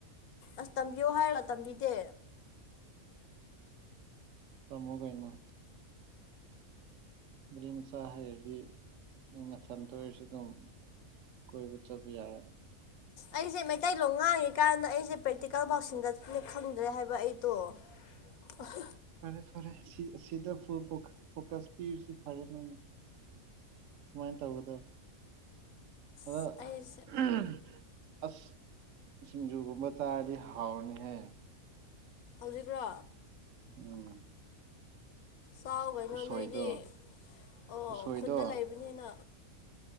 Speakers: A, on the left; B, on the right.
A: ꯑꯁ ꯇꯝꯕꯤꯌꯣ ꯍꯥꯏꯔꯒ ꯇꯝꯕꯤꯗꯦ
B: ꯇꯝꯃꯨ ꯀꯩꯅꯣ ꯒꯔꯤ ꯝꯆꯥ ꯍꯩꯔꯗꯤ ꯅꯪ ꯅꯊꯟꯇ ꯑꯣꯏꯔꯁꯨ ꯑꯗꯨꯝ ꯀꯣꯏꯕ ꯆꯠꯄ ꯌꯥꯔꯦ
A: ꯑꯩꯁꯦ ꯃꯩꯇꯩꯂꯣꯟ ꯉꯥꯡꯉꯤ ꯀꯥꯟꯗ ꯑꯩꯁꯦ ꯄ꯭ꯔꯦꯛꯇꯤꯀꯦꯜ ꯐꯥꯎ ꯁꯤꯟꯒꯠꯅꯤ ꯈꯪꯗ꯭ꯔꯦ ꯍꯥꯏꯕ ꯑꯩꯗꯣ ꯑꯍꯥ
B: ꯐꯔꯦ ꯐꯔꯦ ꯁꯤ ꯁꯤꯗ ꯐꯨꯜ ꯐꯣ ꯐꯣꯀꯁ ꯄꯤꯔꯤꯁꯤ ꯐꯔꯦ ꯅꯪ ꯁꯨꯃꯥꯏꯟ ꯇꯧꯒꯗꯝꯅꯦ ꯑꯗꯣ
A: ꯑꯁ
B: ꯑꯍꯝ
A: ꯑꯩꯁꯦ
B: ꯑꯁ ꯁꯤꯡꯖꯨꯒꯨꯝꯕ ꯆꯥꯔꯗꯤ ꯍꯥꯎꯔꯅꯤꯍꯦ
A: ꯍꯧꯖꯤꯛꯔꯣ
B: ꯎꯝ
A: ꯆꯥꯎ ꯀꯩꯅꯣ
B: ꯎꯁꯣꯏꯗꯣ
A: ꯅꯣꯏꯗꯤ ꯑꯣ
B: ꯎꯁꯣꯏꯗꯣ
A: ꯈꯨꯟꯗ ꯂꯩꯕꯅꯤꯅ